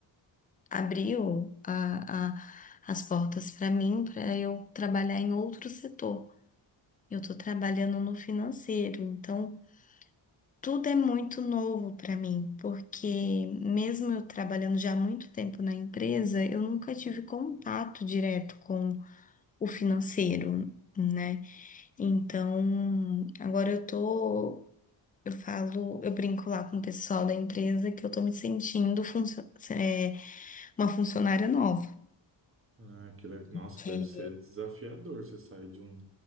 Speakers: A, on the left; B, on the right.
A: abriu a- a- as portas para mim para eu trabalhar em outro setor. Eu estou trabalhando no financeiro, então tudo é muito novo para mim, porque mesmo eu trabalhando já há muito tempo na empresa, eu nunca tive contato direto com o financeiro, né? Então, agora eu tô Eu falo, eu brinco lá com o pessoal da empresa que eu tô me sentindo funcio- é, uma funcionária nova.
B: Ah, que legal. Nossa,
A: Que,
B: deve ser desafiador você sair de um,